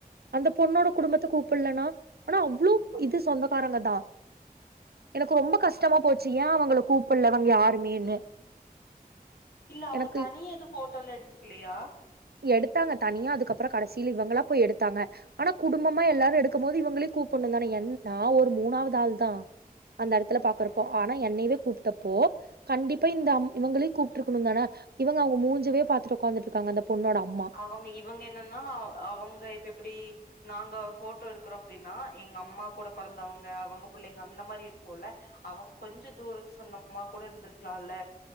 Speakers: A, on the right; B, on the left.
A: அந்த பொண்ணோட குடும்பத்த கூப்பட்லன்னா ஆனா அவ்ளோ
B: அப்
A: இது சொந்தக்காரங்கதா எனக்கு ரொம்ப கஷ்டமா போச்சு ஏ அவங்கள கூப்பட்ல அவங்க யாருமேன்னு
B: இல்ல அவுங்க
A: எனக்கு
B: தனியா எது ஃபோட்டோல எடுத்துக்கலயா
A: எடுத்தாங்க தனியா அதுக்கப்புறோ கடைசியில இவங்களா போய் எடுத்தாங்க ஆனா குடும்பமா எல்லாரு எடுக்கம் போது இவங்களையு கூப்டணு தான என் நா ஒரு மூணாவது ஆள் தா அந்த எடத்துல பாக்குறப்போ
B: ம்
A: ஆனா என்னையவே கூப்ட்டப்போ கண்டிப்பா இந்த அம் இவங்களையு கூப்ட்ருகணு தான இவுங்க அவுங்க மூஞ்சவே பாத்துட்டு உக்காந்துட்டு இருக்காங்க அந்த பொண்ணோட அம்மா
B: அவங்க இவங்க என்னன்னா அவுங்க இப்ப எப்படி நாங்க ஃபோட்டோ எடுக்கறோ அப்டின்னா எங்க அம்மா கூட பிறந்தவுங்க அவுங்க பிள்ளைங்க அந்த மாரி எடுப்போல்ல அவுங்க கொஞ்ச தூரத்து சொந்தமா கூட இருந்திருக்கலால்ல